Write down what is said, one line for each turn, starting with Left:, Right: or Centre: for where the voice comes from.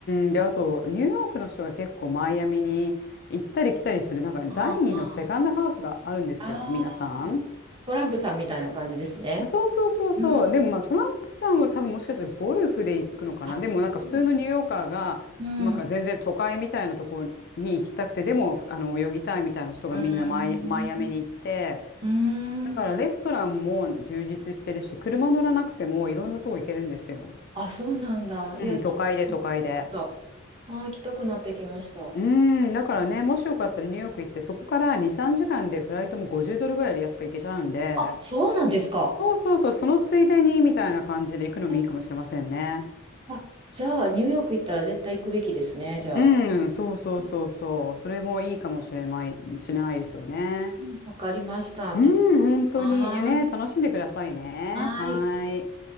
Left: ん、で、あと、ニューヨークの人が結構マイアミに行ったり来たりする、なんか第二のセカンドハウスがあるんですよ、
Right: ああ、ああ、
Left: 皆さん。
Right: トランプさんみたいな感じですね。
Left: あそうそうそうそう。
Right: うん。
Left: でもまあトランプさんは多分もしかしたらゴルフで行くのかな。
Right: あうん。
Left: でもなんか普通のニューヨーカーが、
Right: うん。
Left: なんか全然都会みたいなところに行きたくて、でもあの泳ぎたいみたいな人がみんなマイ、
Right: うん。
Left: マイアミに行って、
Right: うん
Left: だからレストランも充実してるし、車乗らなくてもいろんなとこ行けるんですよ。
Right: あ、そうなんだ。いや、
Left: うん、
Right: 行きたくなっ
Left: 都会で都会で。
Right: た。あー、行きたくなってきました。
Left: うん、だからね、もしよかったらニューヨーク行って、そこから2、3時間でフライトも50ドルぐらいで安く行けちゃうんで、
Right: あ、そうなんですか。
Left: そうそうそう、そのついでにみたいな感じで行くのもいいかもしれませんね。
Right: うんあ、じゃあ、ニューヨーク行ったら絶対行くべきですね、じゃあ。
Left: うん、そうそうそうそう、
Right: う
Left: それもいいかもしれない、しれないですよね。
Right: んわかりました。
Left: うん、
Right: 食べ
Left: 本当にね、
Right: ます。
Left: 楽しんでくださいね。
Right: はーい。
Left: はーい。